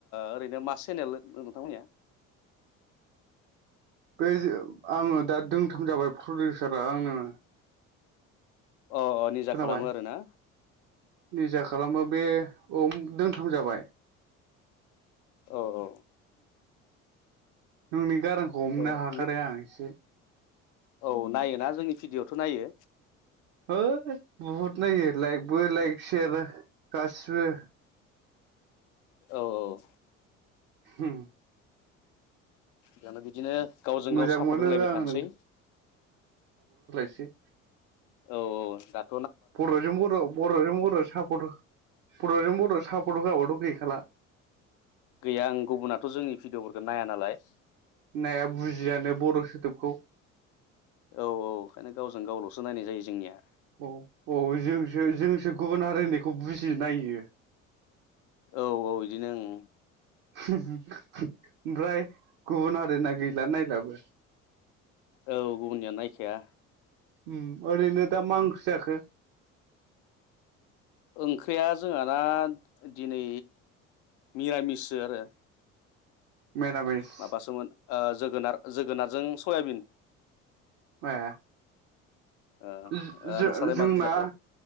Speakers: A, on the left; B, on the right.
A: ओरैनो मा चेनेल नोंथांमोननिया।
B: बे आङो दा दोंथाम जाबाय प्रडिउसारा आंनो।
A: अ अ निजा
B: खोनाबाय
A: खालामो आरो ना।
B: निजा खालामो बे औ दोंथाम जाबाय।
A: औ औ।
B: जोंनि गारांखौ हमनो
A: औ ओ
B: हाखादाय आं इसे
A: औ नायोना जोंनि भिडिअआवथ नायो।
B: हो बहुद नायो लाइकबो लाइक सेर गाससिबो।
A: औ औ।
B: हम
A: जानो बि बिदिनो गावजों
B: मोजां
A: गाव सापर्ट
B: मोनो
A: होलायबाय
B: आं
A: थानोसै।
B: से
A: औ औ ज
B: बर'जों बर' बर'जों बर' सापर्ट बर'जों बर' सापर्ट होआबाथ गैखा सालला
A: गैया आं गुबुनाथ जोंनि भिडिअफोरखौ नाया नालाय
B: नाया बुजियानो बर' सोदोबखौ।
A: औ औ ओंखायनो गावजों गावलसो नायनाय जायो जोंनिया।
B: औ औ जोंसो जोंसो गुबुन हारिनायखौ बुजियो नायो।
A: औ औ बिदिनो ओं
B: ह हो ओमफ्राय गुबुन आरोना गैला नायलाबो।
A: औ गुबुननिया नायखाया।
B: उम ओरैनो दा मा ओंख्रि जाखो
A: ओंख्रिया जोंहाना दिनै मिरामिसो आरो।
B: मिरामिस
A: माबासोमोन ओ जोगोनार जोगोनारजों सयाबिन।
B: ए
A: ओ ओ
B: जो-जो
A: नोंस्रालाय
B: जोंना
A: मा ओंख्रि जाखो